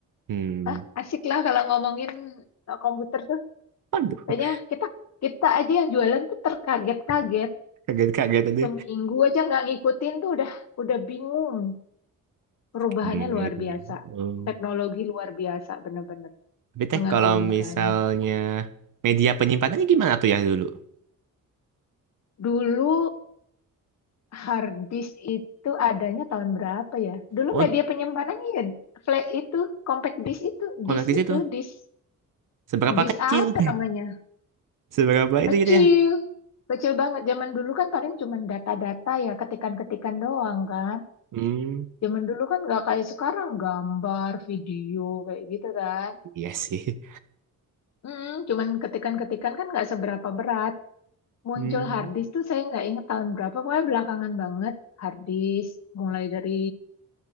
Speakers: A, on the right; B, on the left.
A: hmm.
B: Ah, asik lah kalau ngomongin eh, komputer tuh.
A: Waduh,
B: Kayaknya kita kita aja yang jualan tuh terkaget-kaget.
A: kaget-kaget tadi.
B: Seminggu aja nggak ngikutin tuh udah udah bingung. Perubahannya
A: Hmm,
B: luar
A: gitu
B: biasa.
A: ya. Oh.
B: Teknologi luar biasa bener-bener
A: Tapi teh
B: mengagumkan.
A: kalau misalnya media penyimpanannya gimana tuh ya dulu?
B: Dulu hard disk itu adanya tahun berapa ya? Dulu
A: Oh,
B: media penyimpanannya ya flash itu, compact disk itu,
A: kontak
B: disk
A: di
B: itu,
A: situ.
B: disk
A: Seberapa
B: disk
A: kecil?
B: apa
A: <laughs>
B: namanya?
A: Seberapa itu
B: Kecil,
A: gitu ya?
B: kecil banget. Zaman dulu kan paling cuma data-data ya, ketikan-ketikan doang kan.
A: Hmm.
B: Zaman dulu kan nggak kayak sekarang gambar, video kayak gitu kan.
A: Iya sih.
B: Mm, cuman ketikan-ketikan kan nggak seberapa berat. Muncul
A: Hmm.
B: hard disk tuh saya nggak inget tahun berapa, pokoknya belakangan banget hard disk mulai dari